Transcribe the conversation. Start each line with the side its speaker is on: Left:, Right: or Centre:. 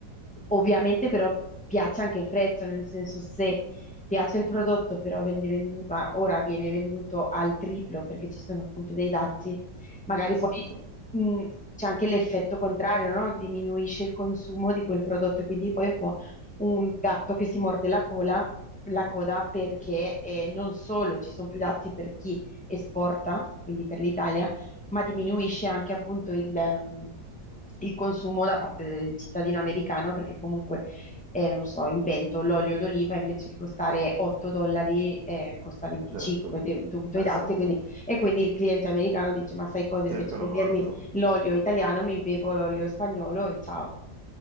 Centre: ovviamente però piace anche il prezzo, nel senso se piace il prodotto però vende vendu- ah, ora viene venduto al triplo perché ci sono appunto dei dazi, magari
Right: esatto,
Centre: poi mh, c'è anche l'effetto contrario, no? Diminuisce il consumo di quel prodotto e quindi poi è un po' un gatto che si morde la cola la coda perché eh, non solo ci sono più dazi per chi esporta, quindi per l'Italia, ma diminuisce anche appunto il, ehm, il consumo da parte del cittadino americano perché comunque, eh, non so, invento l'olio d'oliva invece che costare 8 dollari eh, costa 25
Right: certo,
Centre: de- dovuto
Right: esatto.
Centre: ai dazi e quindi, e quindi il cliente americano dice ma sai cosa
Right: Cercano
Centre: invece che bermi
Right: altro.
Centre: l'olio italiano mi bevo l'olio spagnolo e ciao.